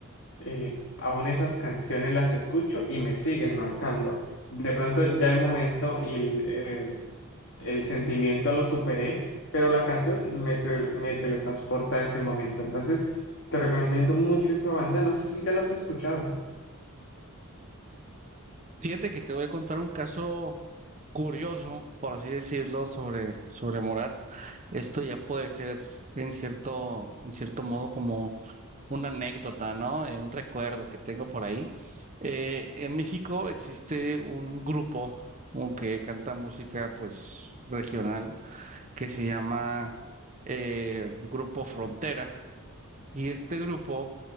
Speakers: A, on the left; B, on the right.
A: eh, Aún esas canciones las escucho y me siguen marcando. De pronto ya el momento y el, eh, el sentimiento lo superé, pero la canción me, te- me teletransporta a ese momento. Entonces, te recomiendo mucho esa banda. No sé si ya la has escuchado.
B: Fíjate que te voy a contar un caso curioso, por así decirlo, sobre, sobre Morat. Esto ya puede ser en cierto, en cierto modo como una anécdota, ¿no? Eh, un recuerdo que tengo por ahí. Eh, en México existe un grupo un que canta música pues regional que se llama eh, Grupo Frontera. Y este grupo